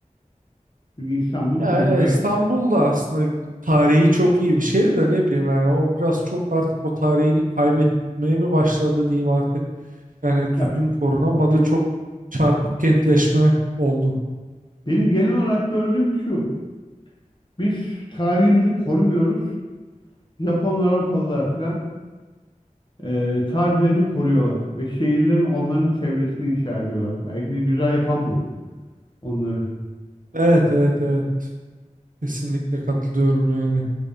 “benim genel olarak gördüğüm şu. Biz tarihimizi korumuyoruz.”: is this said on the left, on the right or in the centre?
Left